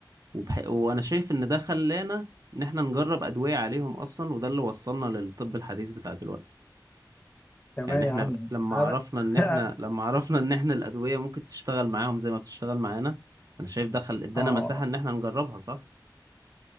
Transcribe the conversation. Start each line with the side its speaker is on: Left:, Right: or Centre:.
Right: وبح... وانا شايف ان ده خلانا ان احنا نجرب ادوية عليهم اصلا وده اللي وصلنا للطب الحديث بتاع دلوقتي
Left: تمام
Right: يعني
Left: يا
Right: احنا
Left: عم
Right: لما
Left: انا
Right: عرفنا ان
Left: <laughs>
Right: احنا لما عرفنا ان احنا الادوية ممكن تشتغل معاهم زي ما بتشتغل معانا انا شايف دخل ادانا
Left: اه
Right: مساحة ان احنا نجربها صح